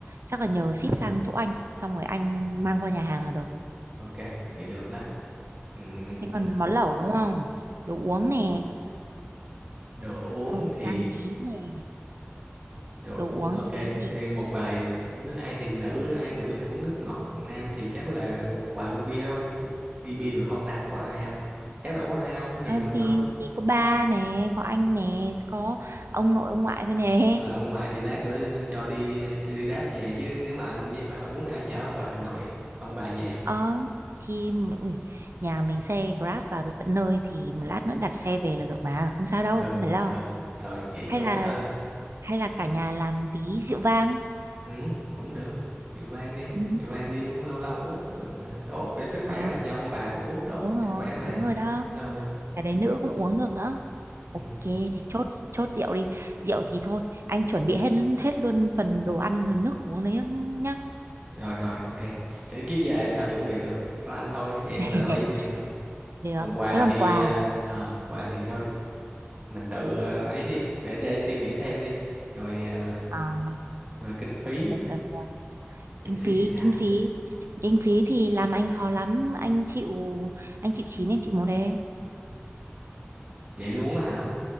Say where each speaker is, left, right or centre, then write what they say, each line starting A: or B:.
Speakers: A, on the right (about 75°); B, on the right (about 30°).
A: chắc là nhờ ship sang chỗ anh xong rồi anh mang qua nhà hàng là được
B: ok vậy được đó Ừm,
A: thế còn món lẩu đúng không đồ uống nè
B: đồ uống
A: xong rồi
B: thì
A: trang trí nè
B: Đồ
A: đồ
B: uống
A: uống
B: ok
A: thì uống gì
B: thì một vài nước ai thì nữ ai nữ thì uống nước ngọt còn nam thì chắc là một vài lon bia thôi không đi bia được không ta có ai không chắc đâu có ai đâu nhà
A: Ờ,
B: mình
A: thì
B: thôi
A: thì có ba nè có anh nè có ông nội ông ngoại thôi nè
B: nội ông ngoại thì lát nữa cho đi xe đi Grab về chứ nếu mà anh với ba uống ai chở ông bà nội ông bà về
A: ờ thì ui, nhà mình xe Grab vào được tận nơi thì một lát nữa đặt xe về là được mà không sao đâu
B: ừ
A: không phải lo
B: ừ rồi vậy
A: hay
B: chốt
A: là
B: cái đó rồi
A: hay là cả nhà làm tí rượu vang
B: ừ cũng được rượu vang đi
A: ừ.
B: rượu vang đi uống lâu lâu uống cũng được mà tốt về sức
A: Ờ,
B: khỏe mà cho ông bà cũng uống tốt
A: đúng
B: cho
A: rồi
B: sức khỏe mà
A: đúng rồi đó
B: ừ
A: cái đấy nữ cũng uống được nữa
B: ừ
A: ok thì chốt chốt rượu đi rượu thì thôi anh chuẩn bị hết hết luôn phần đồ ăn rồi nước uống đấy nhá
B: rồi rồi ok thế kiếp giờ em sao chuẩn bị được Chỉ có anh thôi em
A: <laughs>
B: là lo với mẹ thôi
A: được
B: còn quà
A: thế còn
B: thì
A: quà
B: à, à, quà thì thôi mình tự à, ấy đi để để suy nghĩ thêm đi rồi à,
A: à,
B: rồi kinh phí
A: được, được, được.
B: kinh
A: kinh
B: phí
A: phí
B: thì sao
A: kinh phí kinh phí thì làm anh khó lắm anh chịu anh chịu chín anh chịu một đấy
B: vậy luôn á hả